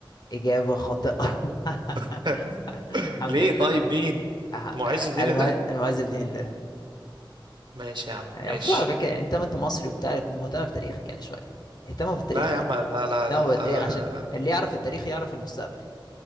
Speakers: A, on the left; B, on the right.
A: إجابة خاطئة <laughs>
B: <laughs>
A: الحمد
B: ليه
A: لله
B: طيب مين
A: أح-
B: معز الدين
A: المع-
B: الله
A: المعز بدين الله
B: ماشي يا عم
A: يعني
B: ماشي
A: المفروض على فكرة يعني أنت وأنت مصري وبتاع تكون مهتم بتاريخك يعني شوية اهتموا بالتاريخ
B: لا يا
A: بقى
B: عم لا لا
A: اهتموا
B: لا
A: بالتاريخ
B: اه
A: عشان اللي يعرف التاريخ يعرف المستقبل